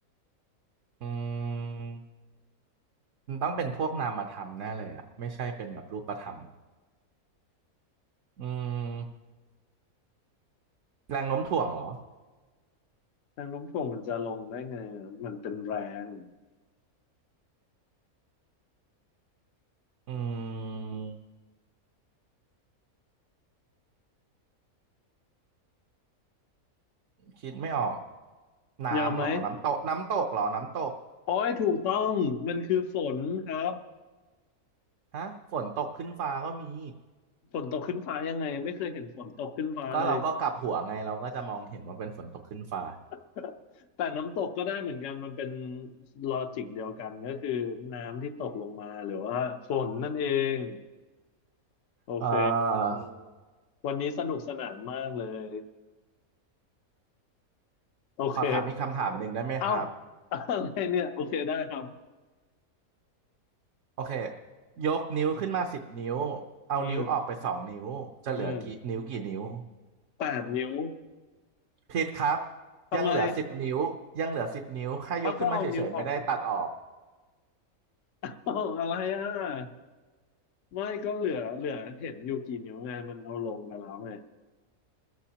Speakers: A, on the right; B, on the left.
A: อืมมันต้องเป็นพวกนามธรรมแน่เลยอะไม่ใช่เป็นแบบรูปธรรมอืมแรงโน้มถ่วงเหรอ
B: แรงโน้มถ่วงมันจะลงได้ไงอะมันเป็นแรง
A: อืมคิดไม่ออกน้ำเหรอน้ำตกน้ำตกเหรอน้ำตก
B: ยอมไหมโอ้ยถูกต้อง มันคือฝนครับ
A: ฮะฝนตกขึ้นฟ้าก็มี
B: ฝนตกขึ้นฟ้ายังไงไม่เคยเห็นฝนตกขึ้นฟ้าเลย
A: ก็เราอืก็กลับหัวมไงเราก็จะมองเห็นว่าเป็นฝนตกขึ้นฟ้า
B: <laughs> แต่น้ำตกก็ได้เหมือนกัน มันเป็นลอจิกเดียวกันก็คือน้ำที่ตกลงมาหรือว่าฝนนั่นเอง โอเค
A: เอ่อโอ้
B: วันนี้สนุกสนานมากเลย โอเค
A: ขอถามอีกคำถามหนึ่งได้ไหมครับ
B: เอ้า <laughs> อะไรเนี่ย โอเคได้ครับ
A: โอเคยกนิ้วขึ้นมาสิบนิ้วเอานิ้วออกไปสองนิ้วจะเหลือกี่นิ้วกี่นิ้ว
B: อืมอืมแปดนิ้ว
A: ผิดครับ
B: ทำไม
A: ยังเหลือสิบต้องนิ้วยังเหลือสิบนิ้วแค่ยกขึ้นมาเฉยๆไม่ได้ตองตัดนับออก
B: เอาก็เอานิ้วออก <laughs> อะไรอ่ะ ไม่ก็เหลือเหลือเห็นอยู่กี่นิ้วไงมันเอาลงไปแล้วไง